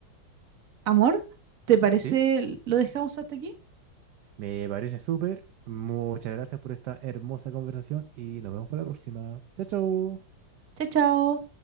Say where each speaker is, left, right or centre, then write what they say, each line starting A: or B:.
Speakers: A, on the right (about 50°); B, on the right (about 70°).
A: Amor, ¿te parece
B: ¿Sí?
A: lo dejamos hasta aquí?
B: Me parece súper. Muchas gracias por esta hermosa conversación y nos vemos para la próxima. Chao, chao.
A: Chao, chao.